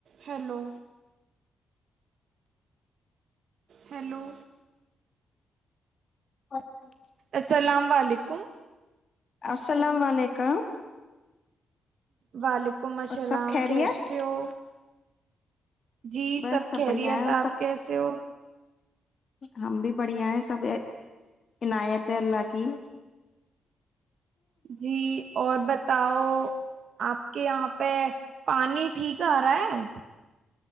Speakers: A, on the right; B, on the left.
A: hello hello
B: اورچ <unintelligible>
A: السلام علیکم
B: السلام علیکم
A: والالک حلکم السلام
B: اور سب خیریت
A: کیس ہو جی
B: بس
A: سب خیریت
B: بڑھیا ہے اور
A: آپ
B: سب
A: کیسے ہو
B: ہم بھی بڑھیا ہیں سب عنایت ہے اللہ کی
A: جی اور بتا بتاؤ آپ کے یہاں پہ پانی <unintelligible> ٹھیک آ رہا ہے